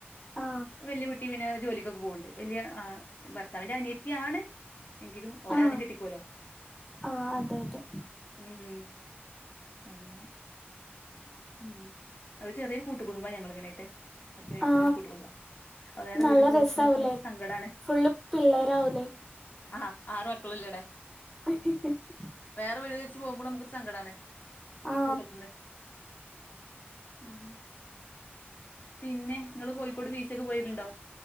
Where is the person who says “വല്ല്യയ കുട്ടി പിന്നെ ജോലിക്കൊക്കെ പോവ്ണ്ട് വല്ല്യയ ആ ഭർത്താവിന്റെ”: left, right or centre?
Left